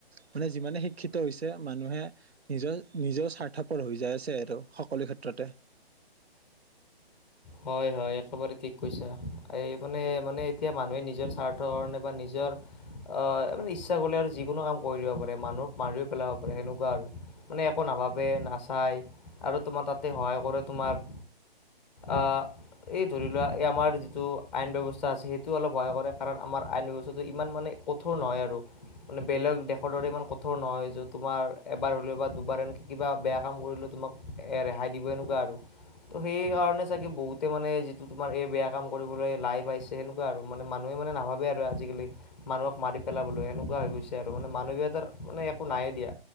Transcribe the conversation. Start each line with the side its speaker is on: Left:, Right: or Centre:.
Right: মানে যিমানে শিক্ষিত হৈছে মানুহে নিজৰ নিজৰও স্বাৰ্থপৰ হৈ যাই আছে সটো সকলো ক্ষেত্ৰতে।
Centre: হয়, হয় একেবাৰে ঠিক কৈছা এই মানে মানে তেতিয়া মানুহে নিজৰ স্বাৰ্থকৰণে বা নিজৰ আহ মানে ইচ্ছা কৰিলে আৰু যিকোনো কাম কৰি দব পাৰে মানুহক মাৰিও পেলাব পাৰে সেনেকুৱা আৰু। মানে একো নাভাবে নাচায় আৰু তোমাৰ তাতে সহায় কৰে তোমাৰ আহ। এই ধৰি লোৱা এই আমাৰ যিটো আইন ব্যৱস্থা আছে সেইটো অলপ ভয় কৰে কাৰণ আমাৰ আইন ব্যৱস্থাটো ইমান মানে ক কঠোৰ নহয় আৰু। মানে বেলেগ দেশৰ দৰে ইমান কঠোৰ নহয় যে তোমাৰ এবাৰ হ'লেও বা দুবাৰ এনেকৈ কিবা বেয়া কাম কৰিলেও তোমাক এ ৰেহাই দিব এনেকুৱা আৰু ত' সেই কাৰণে চাগে বহুতে মানে যিটো তোমাৰ এই বেয়া কাম কৰিবলৈ লাই পাইছে সেনেকুৱা আৰু মানে মানুহে মানে নাভাবে আৰু আজিকালি মানুহক মাৰি পেলাবলৈ এনেকুৱা হৈ গৈছে আৰু মানে মানৱীয়তাৰ মানে একো নাইে দিয়া